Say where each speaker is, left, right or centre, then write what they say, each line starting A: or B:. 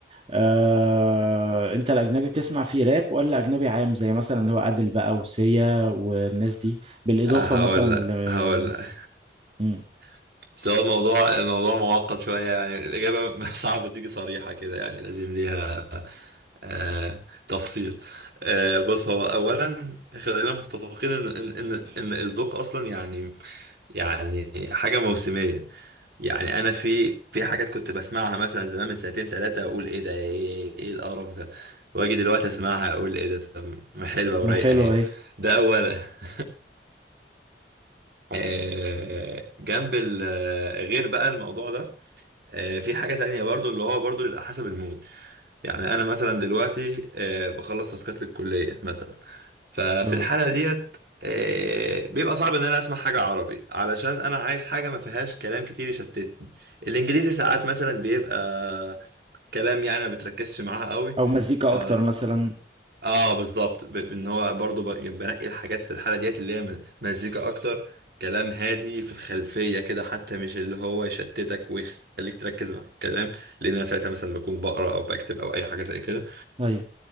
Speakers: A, on the right (about 35°); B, on the right (about 60°).
A: آه، انت الاجنبي بتسمع فيه راب ولا اجنبي عام زي مثلا اللي هو عادل بقى وسيا والناس دي بالاضافة
B: آه، هقول
A: مثلا
B: لك
A: للناس
B: هقول لك
A: <laughs> مم.
B: <laughs> بس هو الموضوع الموضوع معقد شوية يعني الإجابة <laughs> صعب تيجي صريحة كده يعني لازم ليها آه تفصيل آه بص هو أولا خلينا متفقين إن إن إن إن الذوق أصلا يعني يعني حاجة موسمية يعني انا في في حاجات كنت بسمعها مثلا زمان من ساعتين ثلاثة اقول ايه ده ايه, إيه القرف ده واجي دلوقتي اسمعها اقول ايه ده طب ما حلوة ورايقة
A: ما حلوة
B: اهي
A: اهي
B: ده اولا <laughs> آه، جنب ال- غير بقى الموضوع ده آه، في حاجة تانية برضو اللي هو برضو بيبقى حسب المود يعني انا مثلا دلوقتي آه، بخلص تاسكات للكليه مثلا ففي
A: اه.
B: الحاله ديت آه، بيبقى صعب ان انا اسمع حاجه عربي علشان انا عايز حاجه ما فيهاش كلام كتير يشتتني الانجليزي ساعات مثلا بيبقى كلام يعني ما بتركزش معاه قوي
A: او مزيكا
B: ف
A: اكتر مثلا
B: اه بالظبط ب- بان هو برضه ب- يعني بنقي الحاجات في الحاله ديت اللي هي م- مزيكا اكتر كلام هادي في الخلفيه كده حتى مش اللي هو يشتتك ويخليك تركز مع الكلام لان انا ساعتها مثلا بكون بقرا او بكتب او اي حاجه زي كده
A: ايوه